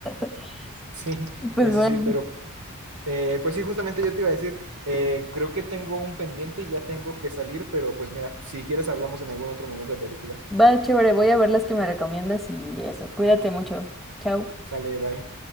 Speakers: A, in the centre; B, on the right.
A: <laughs>
B: Sí,
A: Pues
B: eso
A: bueno,
B: sí, pero... eh, pues sí, justamente yo te iba a decir, eh, creo que tengo un pendiente y ya tengo que salir, pero pues mira, si quieres hablamos en algún otro momento de películas.
A: va chévere, voy a ver las que me recomiendas y eso. Cuídate mucho. Chao.
B: Sale, bye.